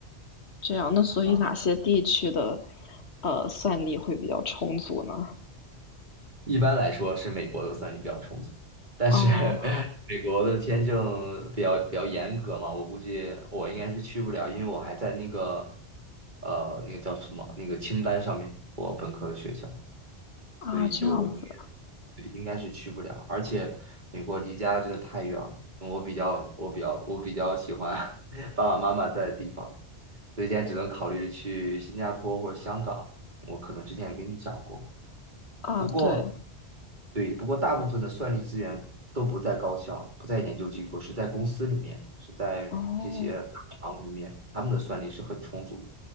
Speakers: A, on the left; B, on the right.
A: 这样，那所以哪些地区的
B: 嗯，
A: 呃算力会比较充足呢？
B: 一般来说是美国的算力比较充足，但是
A: 哦，
B: <laughs> 美国的签证比较比较严格嘛，我估计我应该是去不了，因为我还在那个呃那个叫什么那个清单上面，我本科的学校。
A: 啊，
B: 所以就对
A: 这样子
B: 应该是去不了。而且美国离家真的太远了，我比较我比较我比较喜欢 <laughs> 爸爸妈妈在的地方，所以现在只能考虑去新加坡或者香港。我可能之前也跟你讲过，
A: 啊，
B: 不过
A: 对，
B: 对，不过大部分的算力资源都不在高校，不在研究机构，是在公司里面，是在这些大厂里面，
A: 哦，
B: 他们的算力是很充足的，